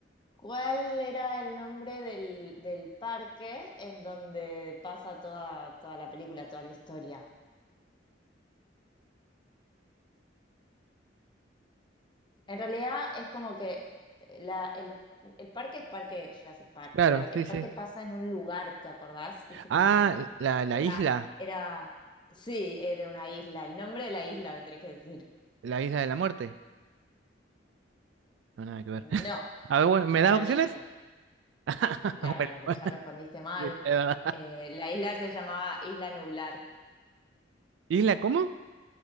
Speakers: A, on the left; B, on the right.
A: ¿Cuál era el nombre del, del parque en donde pasa toda, toda la película, toda la historia? En realidad es como que eh, la, el, el parque es parque Jurassic Park,
B: claro,
A: pero el
B: sí,
A: parque
B: sí.
A: pasa en un lugar, ¿te acordás? Viste,
B: Ah,
A: como que
B: la, la
A: era,
B: isla.
A: era, sí, era una isla. El nombre de la isla me tenés que decir.
B: La isla de la muerte. No, nada que ver.
A: No,
B: <laughs> A ver, bueno, ¿me das
A: perdiste.
B: opciones? <laughs>
A: No,
B: Bueno,
A: bueno, pero
B: <laughs>
A: ya respondiste mal.
B: sí, es verdad.
A: Eh, la isla se llamaba Isla Nublar.
B: ¿Isla cómo?